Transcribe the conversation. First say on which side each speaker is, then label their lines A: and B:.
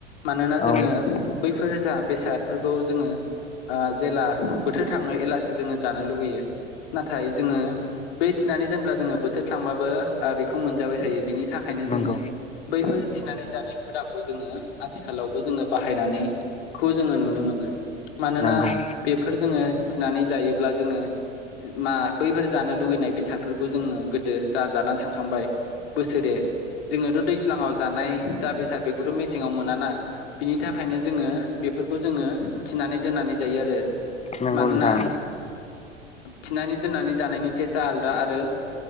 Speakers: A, on the left; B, on the left.
A: मानोना
B: औ
A: जोङो बैफोर जा बेसादफोरखौ जोङो जेला बोथोर थाङो अब्लासो जोङो जानो लुुबैयो नाथाय जोङो बै फिसिनानै दोनब्ला जोङो बोथोर थांबाबो बेखौ मोनजाबाय थायो बिनि थाखायनो जोङो
B: नंगौ
A: बैफोर थिनानै जानाय हुदाखौ जोङो आथिखालावबो जोङो बाहायनानैखौ जोङो नुनो मोनो मानोना
B: नंगौ
A: बेफोर जोङो थिनानै जायो ब्ला जोङो मा बैफोर जानो लुुबैनाय बेसादफोरखौ जोङो गोदो जा जानानै थांखांबाय बोसोरे जोङोथ' दैज्लाङाव जानाय जा बेसाद बेखौथ' मेसेङाव मोनाना बिनि थाखायनो जोङो बेफोरखौ जोङो थिनानै दोननानै जायो आरो
B: नंगौ
A: मानोना
B: नोंथां
A: थिनानै दोननानै जानायनि टेस्टआ आलदा आरो